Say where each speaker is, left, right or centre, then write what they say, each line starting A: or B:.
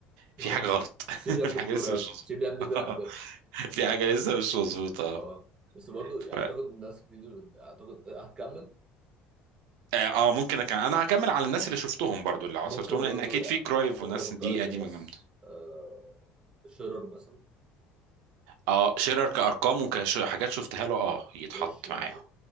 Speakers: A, on the right; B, on the right.
A: في
B: آه.
A: حاجه غلط
B: سيب
A: <laughs>
B: يا ابني
A: في حاجه
B: الكورة
A: لسه
B: يا
A: مش
B: ابني
A: مظبوطه
B: سيب يا ابني
A: <laughs>
B: نلعب يا ابني
A: في حاجه لسه مش مظبوطه
B: اه بس برضه
A: ف...
B: يعني اعتقد الناس كتير اعتقد هتكمل
A: اه آه، ممكن أكمل. انا هكمل على الناس اللي شفتهم برضو اللي عاصرتهم
B: ممكن برضه
A: لان اكيد
B: يعني
A: في
B: آه،
A: كرايف
B: ممكن
A: وناس
B: افكرك
A: دي
B: بناس
A: قديمه جامده
B: آه، شيرر مثلا
A: اه شيرر كارقام وكحاجات شفتها له اه يتحط
B: وش يعني
A: معاهم